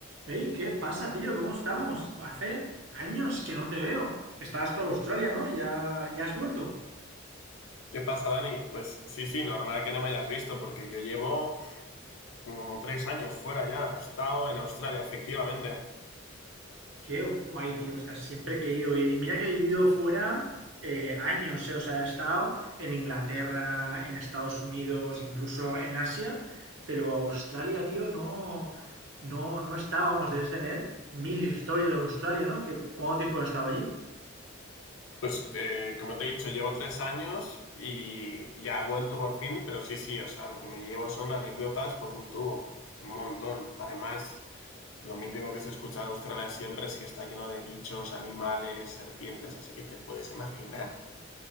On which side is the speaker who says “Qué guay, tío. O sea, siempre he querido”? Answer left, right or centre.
Right